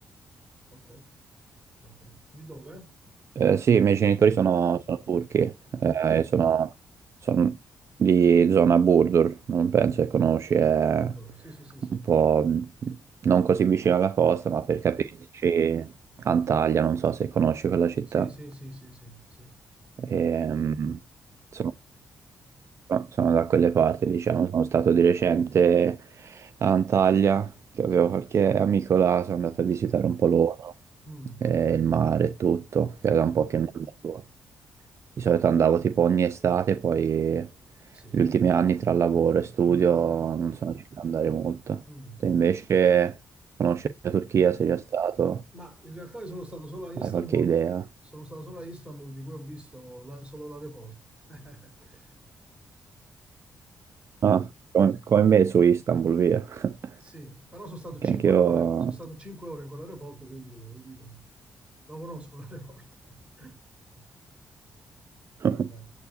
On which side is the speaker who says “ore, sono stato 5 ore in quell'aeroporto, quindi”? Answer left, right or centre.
Right